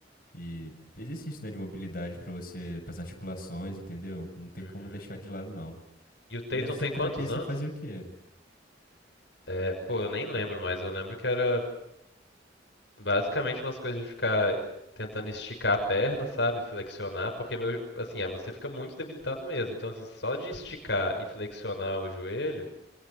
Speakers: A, on the left (about 55°); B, on the left (about 75°).
A: e exercício, né, de mobilidade pra você, para articulações, entendeu? Não tem
B: Uhum.
A: como deixar de lado, não.
B: E o Tatum
A: E na fisioterapia
B: tem quantos
A: você
B: anos?
A: fazia o quê?
B: É, pô, eu nem lembro mais. Eu lembro que era basicamente umas coisas de ficar tentando esticar a perna, sabe? Flexionar, porque meu, assim, ah, você fica muito debilitado mesmo. Então, assim, só de esticar e flexionar o joelho,